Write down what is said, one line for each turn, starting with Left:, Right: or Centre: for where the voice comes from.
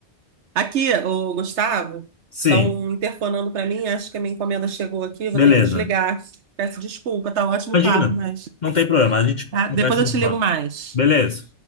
Right: Aqui, o Gustavo,
Left: Sim,
Right: estão interfonando para mim. Acho que a minha encomenda chegou aqui. eu Vou
Left: beleza.
Right: ter que desligar. Peço desculpa, tá ótimo
Left: Imagina,
Right: o papo, mas.
Left: não tem problema, a gente
Right: tá?
Left: conversa
Right: Depois
Left: no
Right: eu te
Left: próximo.
Right: ligo mais.
Left: Beleza.